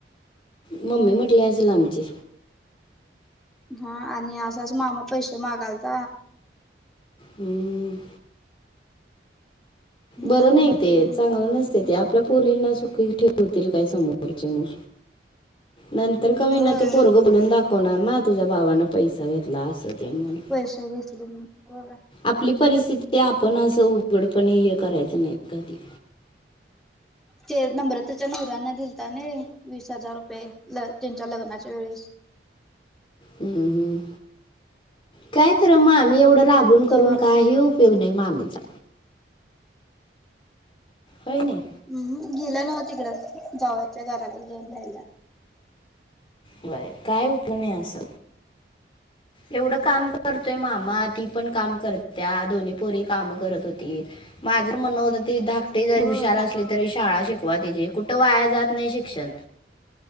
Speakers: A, on the left; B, in the centre.
A: मम्मी म्हटली असल आमची.
B: हा, आणि असं असं मामा पैसे मागालत
A: हंम. बरं
B: नको
A: नाही
B: म्हटले
A: ते,
B: म्हणून
A: चांगलं नसतय ते आपल्या पोरीना सुखी ठेवतील काय समोरचे, मग. नंतर
B: काढायला.
A: का होवीना
B: होय
A: ते पोरगं बोलून दाखवणार ना, तुझ्या भावानं पैसा घेतला असं.
B: पैसे घेतले मी होय.
A: आपली परिस्थिती आपण असं उघडपणे येत करायचं नाही कधी.
B: ते नम्रतेच्या नवऱ्याना दिलता न्हाई वीस हजार रुपये. ल, त्यांच्या लग्नाच्या वेळेस.
A: हं हंम, काय खर मामी एवढं
B: हा
A: राबून
B: मग तवा
A: करून काही उ उपयोग नाही माम्मीचा. होय नी.
B: अहं, गेल्या नव्ह तिकड, जावच्या घराकड जाऊन राहील्या.
A: होय, काय उपयोग नाही अस.
B: <unintelligible> <inaudible>
A: एवढं काम करतोय मामा, ती पण काम करत्या, दोन्ही पोरी काम करत होतीत. माझ म्हन होत ती धाकटे जरी
B: होय
A: हुशार असली तरी शाळा शिकवा तिचीे, कुठं वाया जात नाही शिक्षण.